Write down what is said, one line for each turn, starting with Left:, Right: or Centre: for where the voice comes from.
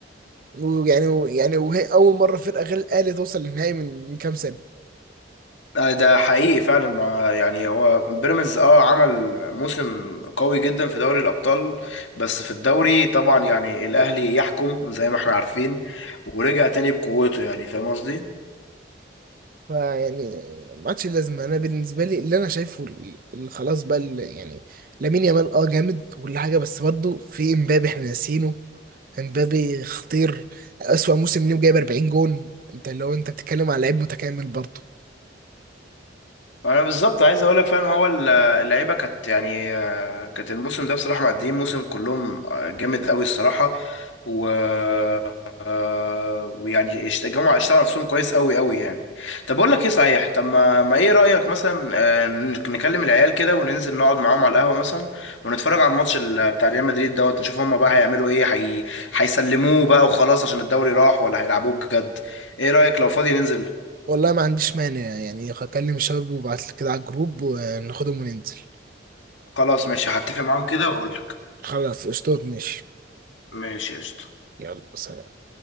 Right: ويعني يعني وهي اول مره فرقه غير الاهلي توصل للنهائي من من كام سنه
Left: آه، ده حقيقي فعلا مع يعني هو بيراميدز اه عمل موسم قوي جدا في دوري الابطال بس في الدوري طبعا يعني الاهلي يحكم زي ما احنا عارفين ورجع تاني بقوته يعني فاهم قصدي
Right: فيعني ما عادش لازمه انا بالنسبه لي اللي انا شايفه ال- ال- خلاص بقى ال- يعني لامين يامال اه جامد وكل حاجه بس برضه في امبابي احنا ناسينه امبابي خطير أسوأ موسم ليه وجايب 40 جون انت لو انت بتتكلم على لعيب متكامل برضه
Left: انا بالظبط عايز اقول لك فعلا هو ال- اللعيبه كانت يعني آه، كانت الموسم ده بصراحه معديين موسم كلهم آه، جامد قوي الصراحه و آه، ويعني اشت- الجماعه اشتغلوا نفسهم كويس قوي قوي يعني طب اقول لك ايه صحيح طب ما, ما ايه رايك مثلا آه، نك- نكلم العيال كده وننزل نقعد معاهم على القهوه مثلا ونتفرج على الماتش ال- بتاع ريال مدريد دوت نشوف هم بقى هيعملوا ايه هي... هيسلموه بقى وخلاص عشان الدوري راح ولا هيلعبوه بجد ايه رايك لو فاضي ننزل
Right: والله ما عنديش مانع يعني هكلم الشباب وابعت لك كده على الجروب وناخدهم وننزل
Left: خلاص ماشي هتفق معاهم كده واقول لك
Right: خلاص قشطات ماشي
Left: ماشي قشطة
Right: يلا سلام